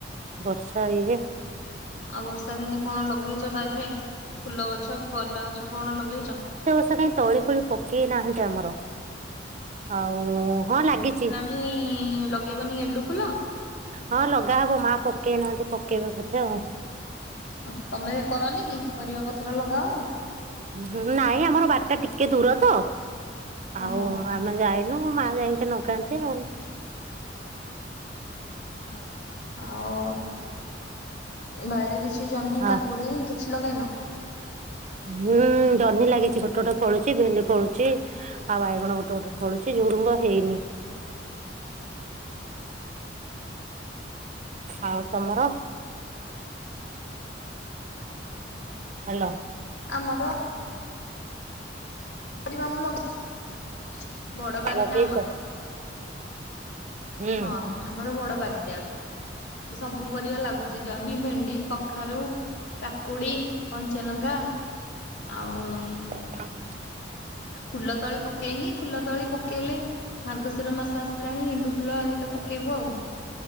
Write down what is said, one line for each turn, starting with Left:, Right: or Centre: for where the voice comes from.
Right: ବର୍ଷ୍? ଆ ଇଏ।
Left: ଆଉ ବର୍ଷା ଦିନେ କଣ ଲଗେଇଚ ବାରିରେ? ଫୁଲ ଗଛ, ପରିବା ଗଛ କଣ ଲଗେଇଚ?
Right: ସ କାଇଁ ତଳି ଫଳି ପକେଇ ନାହାନ୍ତି ଆମର ଆଉ ହଁ ଲାଗିଚି।
Left: ଇଁ ଲଗେଇବନି ଗେଣ୍ଡୁ ଫୁଲ?
Right: ହଁ ଲଗା ହବ ମା ପକେଇ ନାହାନ୍ତି ପକେଇବେ ବୋଧେ ଆଉ।
Left: ଓ ହୋ ତମେ କରନି କି ପରିବା ପତ୍ର ଲଗାଅନି?
Right: ଉଁ ହୁଁ ହୁଁ ନାଇଁ ଆମର ବାରି ଟା ଟିକେ ଦୂର ତ
Left: ଓହୋ
Right: ଆଉ ଆମେ ଯାଇନୁ ମା ଯାଇକି ନଗାନ୍ତି ଆଉ।
Left: ଓ ଆଉ ବାଇରେ କିଛି ଜହ୍ନି
Right: ଆଉ
Left: କାକୁଡ଼ି କିଛି ଲଗେଇନ?
Right: ହୁଁ ଜହ୍ନି ଲାଗିଛି ଗୋଟେ ଗୋଟେ ପଳୁଛି ଭେଣ୍ଡି ଫଳୁଛି। ଆଉ ବାଇଗଣ ଗୋଟେ ଗୋଟେ ଫଳୁଛି ଝୁଡୁଙ୍ଗ ହେଇନି। ଆଉ ତମର? ହାଲୋ।
Left: ଆମକୁ କରିବା ମୁଁଳକୁ ବଡ ବାରିଟା
Right: ଲଗେଇଛ
Left: ଆମର।
Right: ହୁଁ
Left: ହଁ ଆମର ବଡ ବାରିଟେ ଅଛି। ସବୁ ପରିବା ଲାଗୁଛି ଜହ୍ନି, ଭେଣ୍ଡି, କଖାରୁ,। କାକୁଡି, କଞ୍ଚାଲଙ୍କା ଆଉ
Right: <unintelligible>
Left: ଫୁଲ ତଳି ପକେଇନି ଫୁଲ ତଳି ପକେଇଲେ ମାର୍ଗଶୀର ମାସ ଆସିଲାଣି ଗେଣ୍ଡୁଫୁଲ। ଫୁଲ ହେିକା ପକେଇବୁ ଆଉ।